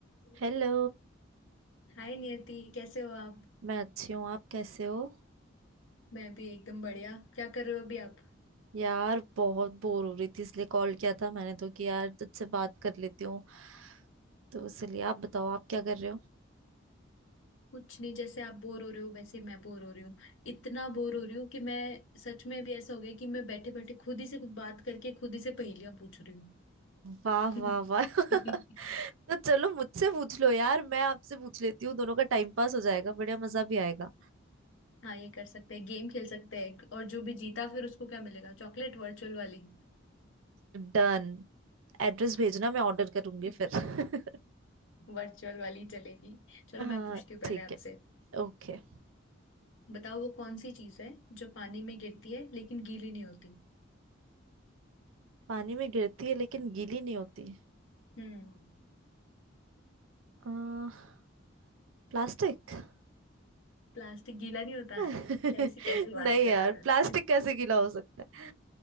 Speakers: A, on the left; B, on the right.
A: हाय
B: Hello
A: नियति कैसे हो आप
B: मैं अच्छी हूँ आप कैसे हो
A: मैं भी एकदम बढ़िया क्या कर रहे हो अभी आप
B: यार बहुत बोर हो रही थी इसलिए कॉल किया था मैंने तो कि यार तुझसे बात कर लेती हूँ तो इसलिए आप बताओ आप क्या कर रहे हो
A: कुछ नहीं जैसे आप बोर हो रहे हो वैसे ही मैं बोर हो रही हूँ इतना बोर हो रही हूँ कि मैं सच में अभी ऐसा हो गया कि मैं बैठे बैठे खुद ही से कुछ बात करके खुद ही से पहेलियां पूछ रही
B: वाह
A: हूँ
B: वाह वाह <laughs>
A: <laughs>
B: तो चलो मुझसे पूछ लो यार मैं आपसे पूछ लेती हूँ दोनों का टाइम पास हो जाएगा बढ़िया मजा भी आएगा
A: हाँ ये कर सकते हैं गेम खेल सकते हैं और जो भी जीता फिर उसको क्या मिलेगा चॉकलेट वर्चुअल वाली
B: डन एड्रेस भेजना मैं ऑर्डर करूंगी
A: <laughs>
B: फिर <laughs>
A: वर्चुअल वाली चलेगी चलो
B: हाँ
A: मैं पूछती हूँ पहले
B: ठीक
A: आपसे
B: है ओके
A: बताओ वो कौन सी चीज़ है जो पानी में गिरती है लेकिन गीली नहीं होती
B: पानी में गिरती है लेकिन गीली नहीं होती
A: हम्म
B: आ, प्लास्टिक
A: प्लास्टिक गीला नहीं होता
B: <laughs> नहीं
A: कैसी कैसी बात कर
B: यार
A: रहे हो यार
B: प्लास्टिक कैसे गीला हो सकता है